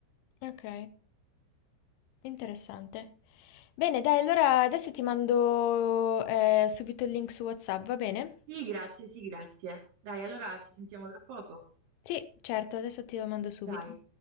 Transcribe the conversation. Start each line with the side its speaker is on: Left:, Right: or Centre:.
Left: Ok, interessante. Bene, dai, allora adesso ti mando eh, subito il link su WhatsApp, va bene?
Right: Sì, grazie, sì, grazie. Dai, allora ci sentiamo tra poco.
Left: Sì, certo, adesso te lo mando subito.
Right: Dai.